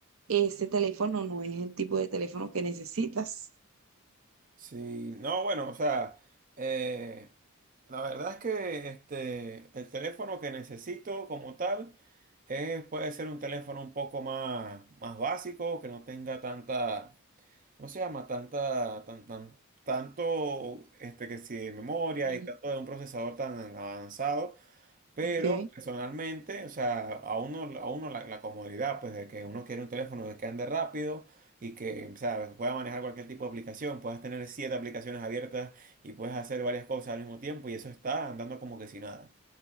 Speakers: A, on the right (about 75°); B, on the right (about 40°).
A: ese teléfono no es el tipo de teléfono que necesitas.
B: sí, no, bueno, o sea, eh, la verdad es que este, el teléfono que necesito como tal es, puede ser un teléfono un poco más, más básico, que no tenga tanta, ¿cómo se llama? Tanta, tan, tan, tanto, este, que si de memoria
A: Em,
B: y tanto de un procesador tan avanzado Pero
A: Ok.
B: personalmente, o sea, a uno, a uno la, la comodidad, pues de que uno quiere un teléfono de que ande rápido y que, o sea, pueda manejar cualquier tipo de aplicación, puedas tener siete aplicaciones abiertas y puedes hacer varias cosas al mismo tiempo y eso está andando como que sin nada.